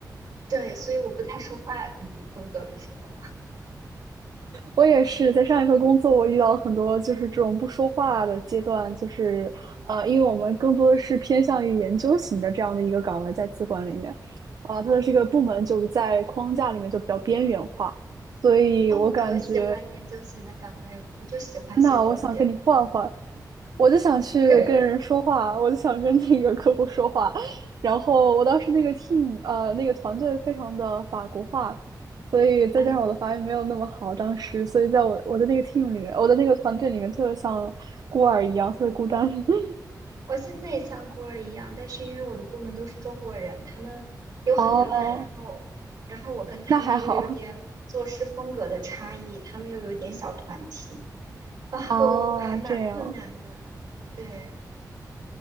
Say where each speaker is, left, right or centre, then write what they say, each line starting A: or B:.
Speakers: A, on the right; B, on the right.
A: 对，所以我不太说话，工作工作的时候
B: 我也是在上一份工作，我遇到了很多就是这种不说话的阶段，就是呃，因为我们更多的是偏向于研究型的这样的一个岗位，在资管里面，啊、它的这个部门就在框架里面就比较边缘化，所以我感觉。
A: 啊 <laughs>，我可喜欢研究型的岗位了，我就喜欢写总结，
B: 那我想跟你换换，我就想去跟人说话，
A: 可以，
B: 我就想跟那个客户说话。然后我当时那个 team 呃那个团队非常的法国化，所以再加上我的法语没有那么好，
A: 嗯。
B: 当时所以在我我的那个 team 里面，我的那个团队里面特别像孤儿一样，特别孤单。<laughs>
A: 我现在也像孤儿一样，但是因为我的部门都是中国人，他们又很乱，
B: 哦，
A: 然后，然后我跟他们又有点做事风格的差异，
B: 那还好
A: 他们又有点小团体，
B: <laughs>
A: 然后还蛮困难的。
B: 哦，这样
A: 对，